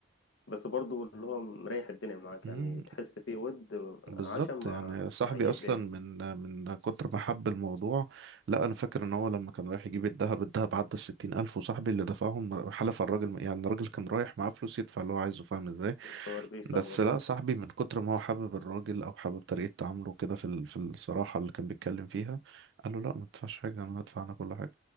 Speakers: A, on the left; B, on the right.
A: بس برضه اللي هو مريح الدنيا معاك
B: مم.
A: يعني تحس فيه ود
B: بالظبط
A: عشم مع
B: يعني صاحبي
A: مع جدين
B: اصلا من من كتر ما حب الموضوع لا انا فاكر ان هو لما كان رايح يجيب الذهب الذهب عدى الستين الف وصاحبي اللي دفعهم حلف على الراجل يعني الراجل كان رايح معاه فلوس يدفع اللي هو عايزه فاهم ازاي
A: بس ما رضيش صاحبك
B: بس لا
A: أه.
B: صاحبي من كتر ما هو حابب الراجل او حابب طريقه تعامله كده في ال- في الصراحه اللي كان بيتكلم فيها قال له لا ما تدفعش حاجه انا هدفع انا كل حاجه